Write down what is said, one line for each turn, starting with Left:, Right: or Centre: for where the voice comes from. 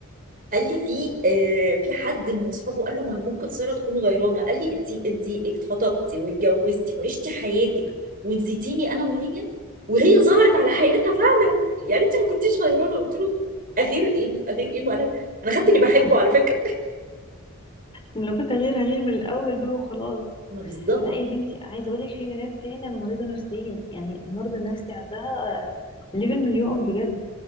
Right: قال لي في آه في حد من اصحابه قال له ما هي ممكن ساره تكون غيرانه قال لي انت انت اتخطبتي واتجوزتي وعشتي حياتك ونسيتيني انا وهي وهي ظهرت على حياتها فعلا يعني انت ما كنتيش غيرانه قلت له اغير ايه اغير ايه ما انا انا خدت اللي بحبه
Left: أنا
Right: على فكره
Left: لو كنت هغير هغير من الاول بقى وخلاص
Right: ما بالظبط
Left: لا يا بنتي عايزه اقول لك في بنات فعلا مريضه نفسيا يعني المرض النفسي عندها آه، ليفل مليون بجد